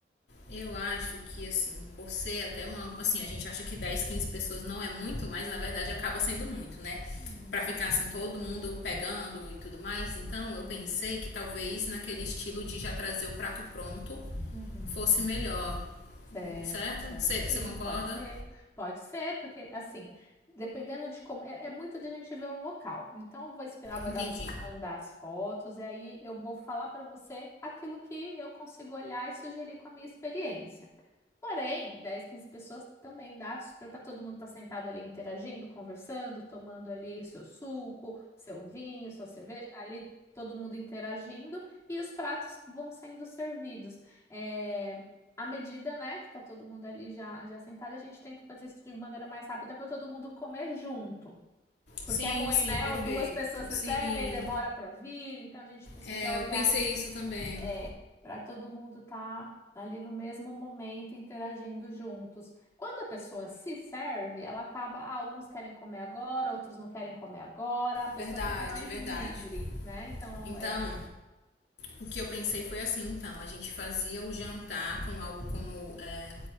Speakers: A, on the left; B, on the left.
A: Eu acho que, assim, por ser até uma. Assim, a gente acha que 10, 15 pessoas não é muito, mas na verdade acaba sendo muito, né?
B: Uhum,
A: Pra ficar assim, todo mundo pegando e tudo mais. Então,
B: uhum,
A: eu pensei que talvez naquele estilo de já trazer o prato pronto
B: uhum.
A: fosse melhor.
B: Certo,
A: Certo?
B: certo.
A: Você, você
B: Sim,
A: concorda?
B: pode ser. Pode ser, porque assim, dependendo de como. É, é muito da gente ver o local. Então, vou esperar, aguardar
A: Entendi.
B: você me mandar as fotos, e aí eu vou falar para você aquilo que eu consigo olhar e sugerir com a minha experiência. Porém, 10 15 pessoas também dá super para todo mundo estar sentado ali interagindo, conversando, tomando ali o seu suco, seu vinho, sua cerveja, ali todo mundo interagindo e os pratos vão sendo servidos. É, à medida, né, que tá todo mundo ali já, já sentado, a gente tenta fazer isso de maneira mais rápida para todo mundo comer junto. Porque
A: Sim,
B: é ruim,
A: sim,
B: né?
A: perfeito.
B: Duas pessoas recebem,
A: Sim.
B: demora para vir, então a gente precisa
A: É,
B: olhar
A: eu pensei
B: ali
A: isso também.
B: é, para todo mundo estar ali no mesmo momento interagindo juntos. Quando a pessoa se serve, ela acaba, ah, alguns querem comer agora, outros não querem comer agora, a pessoa
A: Verdade,
B: fica mais
A: verdade.
B: livre, né? Então,
A: Então,
B: é, é-
A: O que eu pensei foi assim, então, a gente fazia o jantar com algo como é,